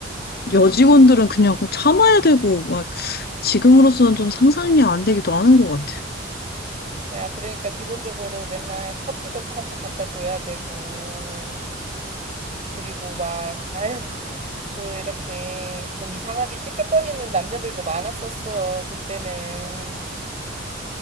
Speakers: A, on the left; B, on the right.
A: 여직원들은 그냥 참아야 되고, 막, 지금으로서는 좀 상상이 안 되기도 하는 것 같아.
B: 야, 그러니까 기본적으로 맨날 커피도 타서 갖다 줘야 되고, 그리고 막, 아휴, 그, 이렇게 좀 이상하게 찝쩍거리는 남자들도 많았었어, 그때는.